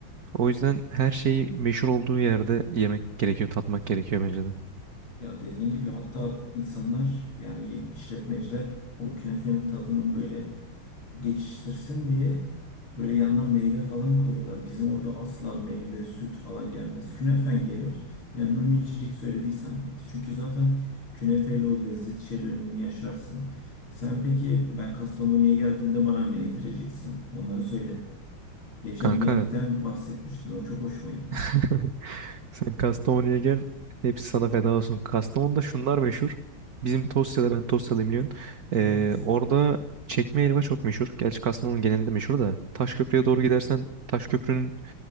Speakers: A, on the right; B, on the left.
A: O yüzden her şeyi meşhur olduğu yerde yemek gerekiyor, tatmak gerekiyor bence de.
B: Ya dediğin gibi hatta insanlar yani ye- işletmeciler o künefenin tadını böyle geçiştirsin diye böyle yandan meyve falan koyuyorlar. Bizim orada asla meyve, süt falan gelmez. Künefen gelir. Yanına ne içecek söylediysen bitti. Çünkü zaten künefeyle o lezzet şeylerini yaşarsın. Sen peki ben Kastamonu'ya geldiğimde bana ne yedireceksin? Onları söyle. Geçen
A: Kanka
B: bir yemekten bahsetmiştin. O çok hoşuma gitmişti.
A: <laughs> Sen Kastamonu'ya gel. Hepsi sana feda olsun. Kastamonu'da şunlar meşhur. Bizim Tosya'da ben Tosyalıyım biliyorsun. Ee,
B: Evet.
A: orada çekme helva çok meşhur. Gerçi Kastamonu genelinde meşhur da. Taşköprü'ye doğru gidersen Taşköprü'nün